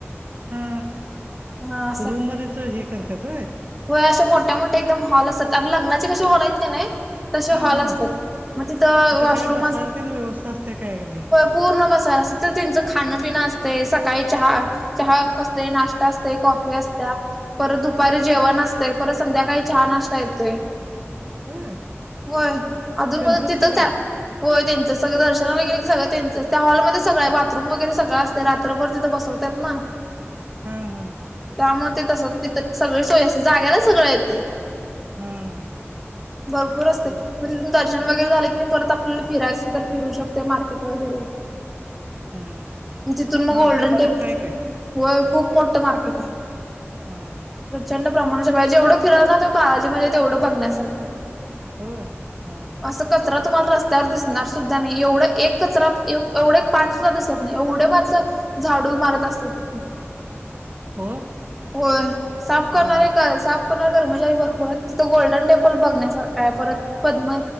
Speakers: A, on the right (about 40°); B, in the centre.
A: हा
B: हा
A: रूम मध्येच हे कर्त्यात होय
B: व अशे मोठ्या मोठे एकदम हॉल असतात आप लग्नाचे कसेे हॉल आहेत का नाही तसे
A: हा
B: हॉल
A: हा
B: असतात मग तिथं वॉशरूम
A: काय बसायला ते ना व्यवस्था असते काय नाही
B: पूर्ण मसाला असत तर त्यांचं खाणंपिणं असते सकाळी चहा चहा कसते नाश्ता असते कॉफी असत परत दुपारी जेवण असतं परत संध्याकाळी हा नाश्ता येतोय
A: होय
B: होय अजून
A: त्यांचंच
B: मधून तिथंच
A: सगळं
B: आहेत होय त्यांच सगळं दर्शनाला गेले की सगं त्यांच त्या हॉलमध्ये सगं आहे बाथरूम वगैरे सगळा ते रात्रभर तिथं बसवतात ना
A: हा हम
B: त्यामुळेग ते तसं तिथं सगळी सोयी जाग्याला सगळ येते
A: हा
B: भरपूर असते
A: तेच
B: मग तिथून द वगैरे झाले की नाही परतल्या फिरायच तर फिर शकते मार्केट वगरे
A: हा
B: म तिथून मग
A: मार्केट
B: गोल्डन
A: मोठं
B: टेमप
A: आहे काय
B: व खूप मोठं मार्केट आहे
A: हा हा
B: प्रचंड प्रमाणाच्या जेवढं फिराल ना तुम् बालाजी मध्ये तेवढं बघण्यासारखं
A: होय हा
B: असं कचरा तुम्हाला रस्त्यावर दिसणार सुद्धा नाही एवढा एक कचरा एवढे पानसद्धा दिसत नाही एवढे माणसं झाडू मारत असतात तिथं
A: हो
B: होय साफ करणार
A: हा
B: आहे का साफ कोणार कर्मचारी भरपूर आहेत तिथं गोल्डन टेम्पल बघण्यासारखा आहे परत पद्म